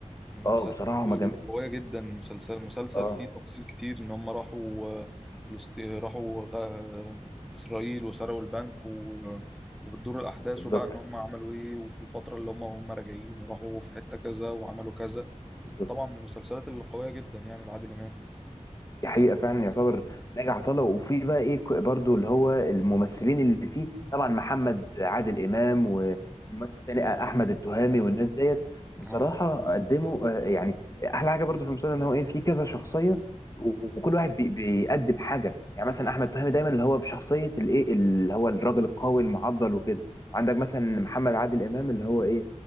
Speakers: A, in the centre; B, on the left (about 25°).
A: من المسلسلات
B: اه بصراحه هما
A: القوية
B: جم...
A: جدا مسلسل مسلسل
B: اه
A: فيه تفاصيل كتير إن هم راحوا آه، فلسطين راحوا غ- إسرائيل وسرقوا البنك و... وبتدور الأحداث
B: بالظبط
A: وبقى إن هم عملوا إيه وفي الفترة اللي هم هم راجعين وراحوا في حتة كذا وعملوا كذا
B: بالظبط
A: طبعا من المسلسلات اللي قوية جدا يعني لعادل إمام
B: دي حقيقة فعلا يعتبر ناجي عطا الله وفي بقى ايه ك- برضو اللي هو الممثلين اللي فيه طبعا محمد عادل إمام و- وممثل تاني أحمد التهامي والناس ديت بصراحة
A: اه
B: قدموا آه، يعني أحلى حاجة برضو في المسلسل إن هو ايه فيه كذا شخصية وكل واحد بي- بيقدم حاجة يعني مثلا أحمد التهامي دايما اللي هو بشخصية الايه اللي هو الراجل القوي المعضل وكده وعندك مثلا محمد عادل إمام اللي هو ايه